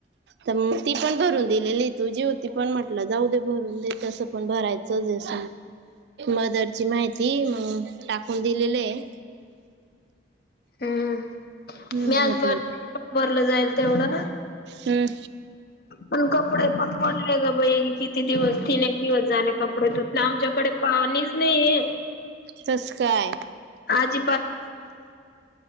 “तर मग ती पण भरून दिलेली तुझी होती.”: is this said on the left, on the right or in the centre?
Right